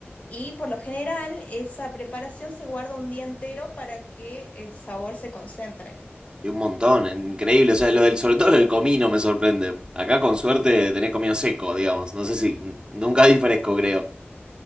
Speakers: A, on the left; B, on the right.
A: Y por lo general, esa preparación se guarda un día entero para que el sabor se concentre.
B: Y Un montón, increíble. O sea, lo del, sobre todo lo del comino me sorprende. Acá con suerte tenés comino seco, digamos. No sé si, nunca di fresco, creo.